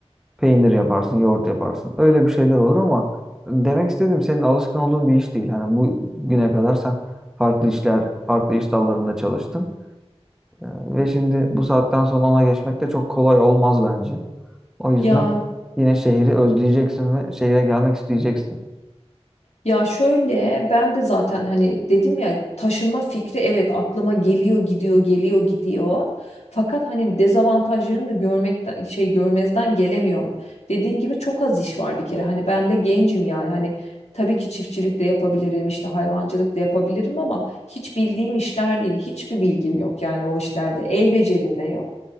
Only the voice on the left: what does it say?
Ya
Ya şöyle ben de zaten hani dedim ya taşınma fikri evet aklıma geliyor gidiyor geliyor gidiyor. Fakat hani dezavantajlarını da görmekten şey görmezden gelemiyorum. Dediğin gibi çok az iş var bir kere. Hani ben de gencim yani hani tabii ki çiftçilik de yapabilirim işte hayvancılık da yapabilirim ama hiç bildiğim işler değil. Hiçbir bilgim yok yani o işlerde. El becerim de yok.